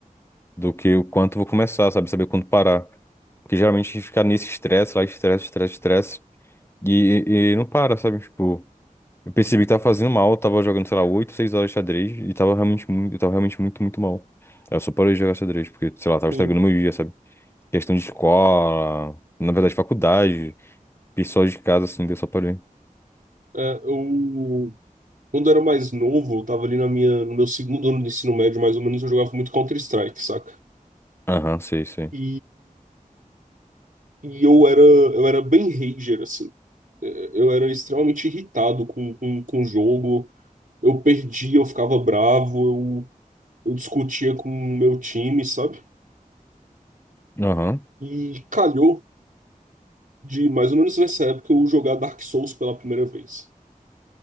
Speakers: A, on the left; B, on the right.
A: Do que o quanto eu vou começar, sabe? Saber quando parar. Porque geralmente a gente fica nesse estresse lá, estresse, estresse, estresse. E, e, e não para, sabe? Tipo, eu percebi que tava fazendo mal, eu tava jogando, sei lá, 8 6 horas de xadrez e tava realmente muito, eu tava realmente muito, muito mal. Aí Eu só parei de jogar xadrez, porque, sei lá, tava estragando
B: Sim,
A: meu dia, sabe? Questão de escola, na verdade, faculdade, pessoal de casa, assim, daí eu só parei.
B: é, eu quando era mais novo, eu tava ali na minha no meu segundo ano de ensino médio, mais ou menos, eu jogava muito Counter-Strike, saca?
A: Aham, sei, sei.
B: E e eu era eu era bem rager assim. É, Eu era extremamente irritado com com, com o jogo. Eu perdia, eu ficava bravo, eu eu discutia com o meu time, sabe?
A: Aham,
B: E calhou de mais ou menos nessa época eu jogar Dark Souls pela primeira vez.